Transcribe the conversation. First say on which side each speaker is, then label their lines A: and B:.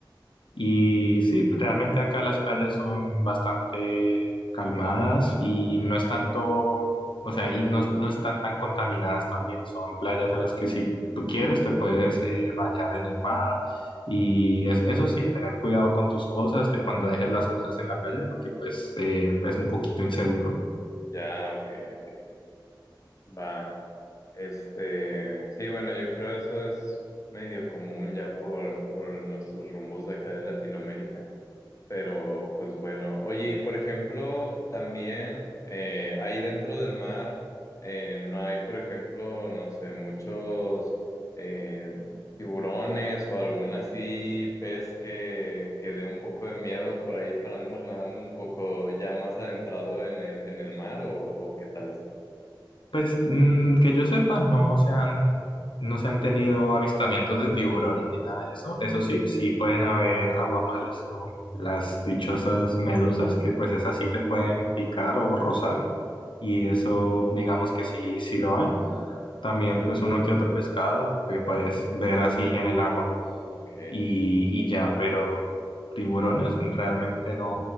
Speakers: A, on the left; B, on the left.
A: Y sí, pues, realmente acá las playas son bastante calmadas y no es tanto, o sea, ahí no, no están tan contaminadas también. Son playas a las que si tú quieres te puedes eh, bañar en el mar y es- eso sí, tener cuidado con tus cosas de cuando dejes las cosas en la playa porque pues eh, es un poquito inseguro.
B: Ya, ok, ok. Va. Este, sí, bueno, yo creo eso es medio común ya por, por nuestros rumbos de acá de Latinoamérica. Pero, pues bueno, oye, y por ejemplo, también eh, ahí dentro del mar eh, no hay, por ejemplo, no sé, muchos eh, tiburones o algún así pez que, que dé un poco de miedo por ahí para andar nadando un poco ya más adentrado en el, en el mar o, o qué tal está.
A: Pues mm, que yo sepa, no se han, no se han tenido avistamientos de tiburones ni nada de eso. Eso sí, sí pueden haber aguamales o las dichosas medusas, que pues esas sí te pueden picar o rozar. Y eso, digamos que sí, sí lo hay. También pues uno que otro pescado que puedes ver así en el agua
B: Ok.
A: y, y ya, pero tiburones realmente no,